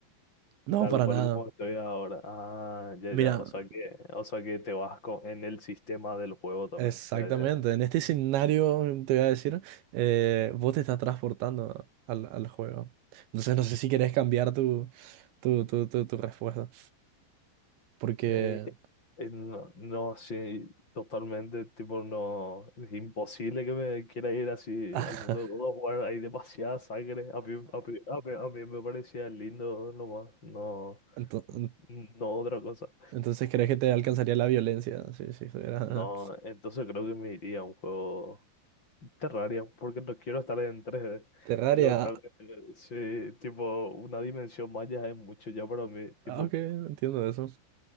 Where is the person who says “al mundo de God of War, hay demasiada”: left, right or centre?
Left